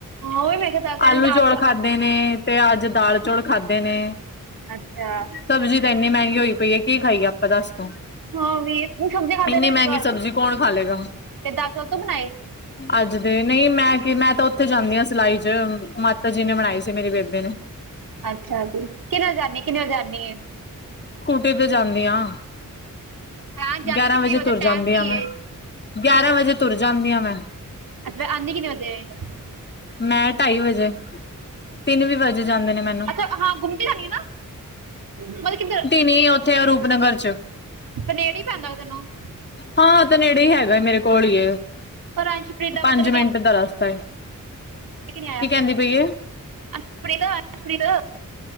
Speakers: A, on the right; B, on the left.
A: ਉਹੀ ਮੈਂ ਕਿਹਾ ਕਹਿ
B: ਆਲੂ
A: ਰਹੀ ਦਾਲ
B: ਚੌਲ ਖਾਧੇ ਨੇ ਤੇ ਅੱਜ ਦਾਲ ਚੌਲ ਖਾਧੇ ਨੇ।
A: ਅੱਛਾ।
B: ਸਬਜ਼ੀ ਤਾਂ ਇੰਨੀ ਮਹਿੰਗੀ ਹੋਈ ਪਈ ਆ ਕੀ ਖਾਈਏ ਆਪਾਂ ਦੱਸੋ ਤੂੰ?
A: ਹਾਂ ਵੀਰ, ਨਈ ਸਬਜ਼ੀ ਤੇ
B: ਇੰਨੀ
A: ਦਿਲ ਨੀ
B: ਮਹਿੰਗੀ
A: ਕਰਦਾ
B: ਸਬਜ਼ੀ ਕੌਣ ਖਾ ਲਏਗਾ
A: ਤੇ ਦਾਲ ਚੌਲ ਤੂੰ ਬਣਾਏ?
B: ਅੱਜ ਦੇ ਨਈ ਮੈਂ ਕੀ ਮੈਂ ਤਾਂ ਓਥੇ ਜਾਣੀ ਆ ਸਿਲਾਈ ਚ ਮਾ ਤਾਂ ਜਿਨੇ ਬਣਾਈ ਸੀ ਮੇਰੀ ਬੇਬੇ ਨੇ।
A: ਅੱਛਾ ਜੀ। ਕਿੰਨੇ ਵੱਜੇ ਜਾਣੀ ਆ ਕਿੰਨੇ ਵੱਜੇ ਜਾਣੀ ਆ?
B: ਸਕੂਟੀ ਤੇ ਜਾਂਦੀ ਹਾਂ
A: ਹਾਂ ਜਾਨੀ
B: ਗਿਆਰਾਂ
A: ਕਿੰਨੇ
B: ਵਜੇ ਤੁਰ
A: ਟਾਈਮ
B: ਜਾਂਦੀ
A: ਕੀ
B: ਆ ਮੈਂ।
A: ਹੈ
B: ਗਿਆਰਾਂ ਵਜੇ ਤੁਰ ਜਾਂਦੀ ਆ ਮੈਂ।
A: ਅੱਛਾ ਫੇਰ ਆਂਦੀ ਕਿੰਨੇ ਵਜੇ?
B: ਮੈਂ ਢਾਈ ਵਜੇ। ਤਿੰਨ ਵੀ ਵਜੇ ਜਾਂਦੇ ਨੇ ਮੈਨੂੰ
A: ਅੱਛਾ ਹਾਂ ਗੁੰਮਟੀ ਜਾਣੀ ਆ ਨਾ। ਮਤਲਬ ਕਿੱਧਰ-‍-
B: ਨਈ ਓਥੇ ਆ ਰੂਪਨਗਰ 'ਚ।
A: ਫੇਰ ਨੇੜੀ ਪੈਂਦਾ ਓ ਤੈਨੂੰ?
B: ਹਾਂ ਓ ਤਾਂ ਨੇੜੇ ਹੀ ਹੈਗਾ ਮੇਰੇ ਕੋਲ ਹੀ
A: ਪਰ ਅੰਸ਼ਪ੍ਰੀਤ ਦਾ
B: ਪੰਜ
A: ਪਤਾ
B: ਮਿੰਟ ਦਾ ਰਸਤਾ ਏ।
A: ਲੈ ਕੇ ਨੀ ਆਇਆ
B: ਕੀ ਕਹਿੰਦੀ ਪਈ ਏ
A: ਅਸ਼ਪ੍ਰੀਤ ਅਸ਼ਪ੍ਰੀਤ